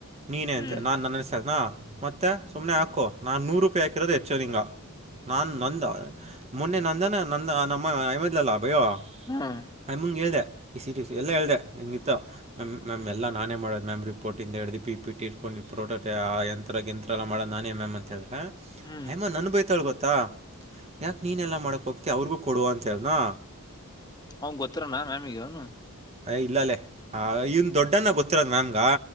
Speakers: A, on the right; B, on the left.
A: ನೀನೇ
B: ಹ್ಮ್
A: ಅಂತ ನಾನ್ ನನ್ನ ಸರಿ ನಾ ಮತ್ತೆ ಸುಮ್ನೆ ಹಾಕು ನಾನ್ ನೂರು ರೂಪಾಯಿ ಹಾಕಿರೋದು ಹೆಚ್ಚು ನಿಂಗ ನಾನ್ ನಂದ ಮೊನ್ನೆ ನಂದನ ನಂದ ನಮ್ಮ ಅಐಮದ್ಲಲ್ಲಾ ಬಯೋ
B: ಹ್ಮ್
A: ಆಯಮಂಗ್ ಹೇಳಿದೆ ಇ ಸಿಟ ಎಲ್ಲ ಹೇಳ್ದೆ ಹಿಂಗಿತ್ತ ನ ಮ್ಯಾಮ್ ಎಾ ನಾನೇ ಮಾಡೋ್ ಮ್ಯಾಮ್ ರಿಪೋರ್ಟ್ ಇಂದ ಎ ಹೇಳ್ದಿ ಪಿ ಪಿಟಿ ಇರ್ಕೊಂಡು ನೀವು ಪ್ರಾಡಕ್ಟ್ ಎಂಥರಗೆಂತ್ರ ಎಲ್ಲ ಮಾಡೋದು ನಾನೇ ಮ್ಯಾಮ್ ಅಂತ ಹೇಳಿದ್ರೆ
B: ಹ್ಮ್
A: ಹಯಮ್ಮ ನನ್ ಬೈತಾಳ ಗೊತ್ತಾ ಯಾಕ ನೀನೆ ಎಲ್ಲಾ ಮಾಡಕ್ ಹೋಗ್ತ ಅವ್ರಿಗೂ ಕೊಡುವ ಅಂತ ಹೇಳನಾ
B: ಅವ ಗೊತ್ತಾರಣ ಮ್ಯಾಮಿಗೆ ಅವನು
A: ಇಲ್ಲ ಲ್ಲೇ ಈ ದೊಡ್ಡನ್ನ ಗೊತ್ತಿರೋದು ಮ್ಯಾಮ್ಗ